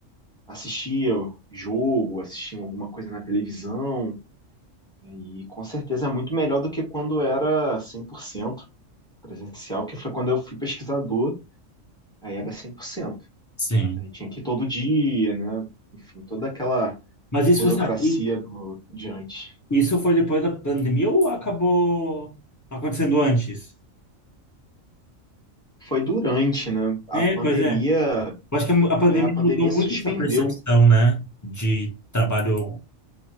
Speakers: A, in the centre; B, on the left.
A: assistir ao jogo, assistir alguma coisa na televisão. E com certeza é muito melhor do que quando era 100% presencial, que foi quando eu fui pesquisador, aí era 100%.
B: sim.
A: Aí tinha que ir todo dia, né? Enfim, toda aquela
B: Mas isso
A: burocracia
B: você, i-
A: do diante.
B: isso foi depois da pandemia ou acabou acontecendo antes?
A: Foi durante, né? A
B: É,
A: pandemia
B: pois é. Eu acho que a a pandemia
A: É, a pandemia
B: mudou muito
A: suspendeu.
B: essa percepção, né, de trabalho